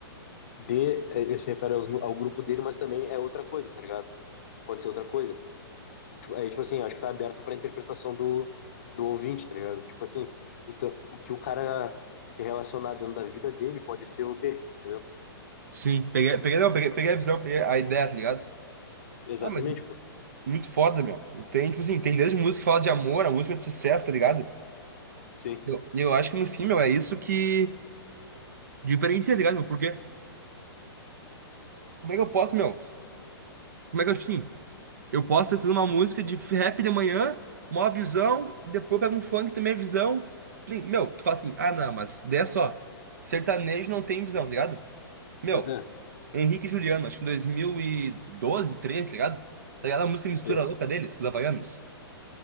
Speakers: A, on the left; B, on the right.
A: D, eh, ele se refere aos nu- ao, grupo dele, mas também é outra coisa, tá ligado? Pode ser outra coisa. Tipo, aí, tipo assim, acho que tá aberto pra interpretação do, do ouvinte, tá ligado? Tipo assim, o, ta- o que o cara se relacionar dentro da vida dele pode ser o D, entendeu?
B: Sim, peguei, peguei, não, peguei, peguei a visão, peguei a ideia, tá ligado?
A: Exatamente,
B: Não, mas
A: pô.
B: muito foda, meu. E Tem, tipo assim, tem desde música que fala de amor, a música é de sucesso, tá ligado?
A: Sim.
B: Eu, e eu acho que no fim, meu, é isso que diferencia, tá ligado, meu? Porque como é que eu posso, meu? Como é que eu, tipo assim, eu posso ter sido uma música de rap de manhã, mó visão, e depois pega um funk também é visão. E, Meu, tu fala assim, ah, não, mas daí é só. Sertanejo não tem visão, tá ligado? Meu,
A: Mas é,
B: Henrique e Juliano, acho que em 2012, 13, tá ligado? Tá ligado a música mistura
A: sim.
B: louca deles, os havaianos?